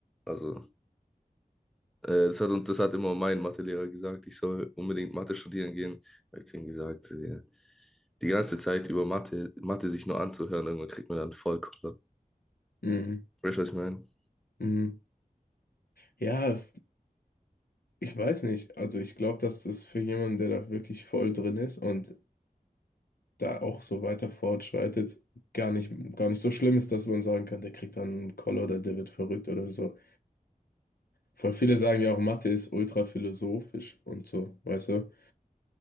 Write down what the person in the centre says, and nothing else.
also, äh, das hat, und das hat immer mein Mathelehrer gesagt, ich soll unbedingt Mathe studieren gehen. Da habe ich zu ihm gesagt, äh, die ganze Zeit über Mathe, Mathe sich nur anzuhören, irgendwann kriegt man dann voll Koller.
Weißt du, was ich meine?